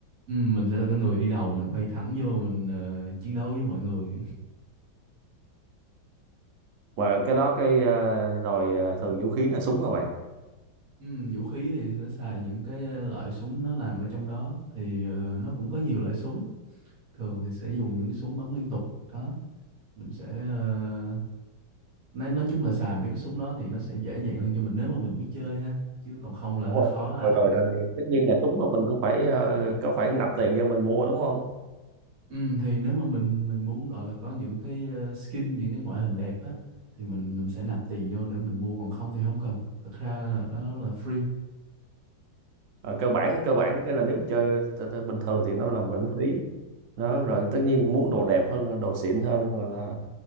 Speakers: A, on the right; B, on the right.
A: ừ, mình sẽ là cái người đi đầu mình bay thẳng vô mình ờ, chiến đấu với mọi người
B: và cái đó cái ờ, rồi ờ, thường vũ khí là súng hả bạn
A: ừ, vũ khí thì sẽ xài những cái ờ, loại súng nó làm ở trong đó thì ờ, nó cũng có nhiều loại súng thường thì sẽ dùng những cái súng bắn liên tục đó mình sẽ ờ, nói nói chung là xài mấy cái súng đó thì nó sẽ dễ dàng hơn cho mình nếu mà mình biết chơi ha chứ còn không là
B: đúng
A: hơi
B: rồi
A: khó à
B: rồi rồi, rồi. tất nhiên là súng là mình cũng phải ờ, có phải nạp tiền cho mình mua đúng không
A: Ừ, thì nếu mà mình mình muốn gọi là có những cái ờ, skin những cái ngoại hình đẹp á thì mình mình sẽ nạp tiền vô để mình mua còn không thì không cần thật ra là đó là free
B: Ờ, cơ bản cơ bản cái là nếu chơi t- t- bình thường thì nó là miễn phí đó rồi tất nhiên muốn đồ đẹp hơn đồ xịn hơn rồi là